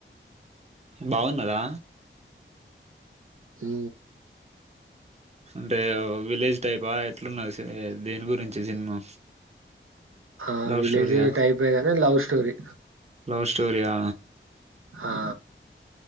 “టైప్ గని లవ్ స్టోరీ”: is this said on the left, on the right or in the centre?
Right